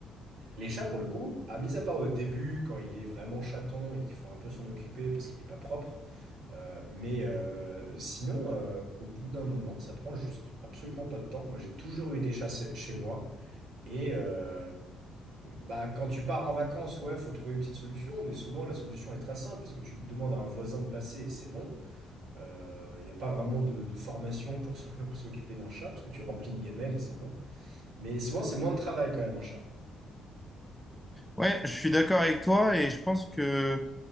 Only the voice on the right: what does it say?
les chats pour le coup, à mis à part au début quand il est vraiment chaton et qu'il faut un peu s'en occuper parce qu'il est pas propre. euh, mais euh, sinon, euh, au bout d'un moment, ça prend juste absolument pas de temps. Moi, j'ai toujours eu des chats chez chez moi. Et, euh, bah, quand tu pars en vacances, ouais, faut trouver une petite solution, mais souvent la solution est très simple parce que tu demandes à un voisin de passer et c'est bon. Il n'y a pas vraiment de, de formation pour se- <laughs> s'occuper d'un chat parce que tu remplis une gamelle et c'est bon. Mais souvent, c'est moins de travail quand même, un chat.